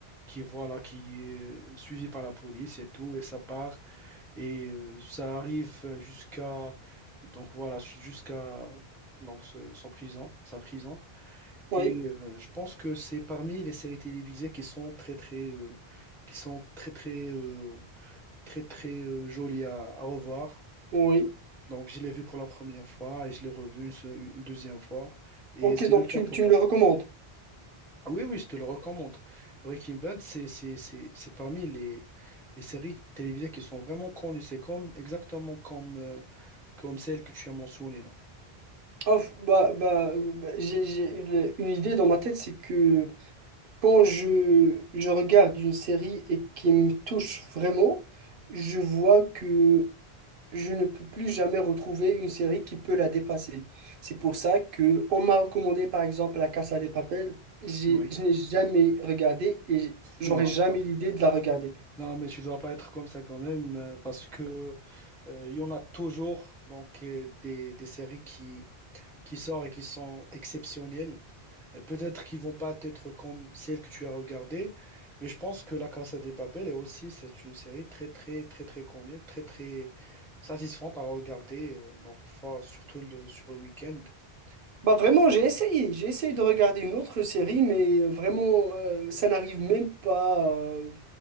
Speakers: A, in the centre; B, on the right.
A: qui voilà qui est suivi par la police et tout et ça part et euh, ça arrive jusqu'à donc voilà jusqu'à donc ce- son prison, sa prison.
B: oui,
A: Et euh, je pense que c'est parmi les séries télévisées qui sont très très euh, qui sont très très euh, très très euh, jolies à, à revoir.
B: oui.
A: Donc je l'ai vu pour la première fois et je l'ai revu une, se- une deuxième fois. Et
B: Ok,
A: c'est
B: donc
A: le cas
B: tu,
A: pour.
B: tu me le recommandes.
A: Ah Oui, oui, je te le recommande. Breaking Bad, c'est c'est- c'est- c'est parmi les, les séries télévisées qui sont vraiment connues. C'est comme exactement comme comme celle que tu as mentionnée là.
B: Ah, f- bah, bah, euh, bah, j'ai, j'ai une, une idée dans ma tête, c'est que quand je, je regarde une série et qui me touche vraiment, je vois que je ne peux plus jamais retrouver une série qui peut la dépasser. C'est pour ça que on m'a recommandé par exemple La Casa des Papel. J'ai-
A: Oui,
B: je n'ai jamais regardé et j'aurais
A: non,
B: jamais l'idée de la regarder.
A: non, mais tu dois pas être comme ça quand même, euh, parce que euh, il y en a toujours donc euh, des, des séries qui, qui sortent et qui sont exceptionnelles. Et Peut-être qu'ils vont pas être comme celles que tu as regardées, mais je pense que La Casa de Papel est aussi, c'est une série très, très, très, très connue, très, très satisfaisante à regarder, euh, donc fort- surtout le, sur le week-end.
B: Bah
A: Donc,
B: vraiment, j'ai essayé, j'ai essayé de regarder une autre série, mais euh, vraiment, euh, ça n'arrive même pas euh,